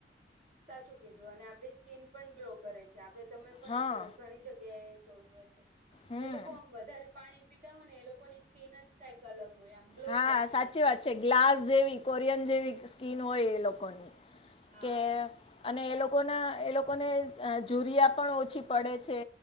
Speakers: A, on the right; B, on the left.
A: સાચું કીધું અને આપણી સ્કીન પણ ગ્લો કરે છે. આપણે તમે પણ
B: હા
A: ઘણી જગ્યાએ જોયું હશે.
B: હમ
A: જે લોકો આમ વધારે પાણી પીતા હોય ને એ લોકોની સ્કીન જ કાઈક અલગ હોય, આમ ગ્લો
B: હા
A: કરતી
B: સાચી
A: હોય.
B: વાત છે ગ્લાસ જેવી, કોરિયન જેવી સ્કીન હોય એ લોકોની
A: હા
B: કે અને એ લોકોના એ લોકોને જુરિયા પણ ઓછી પડે છે.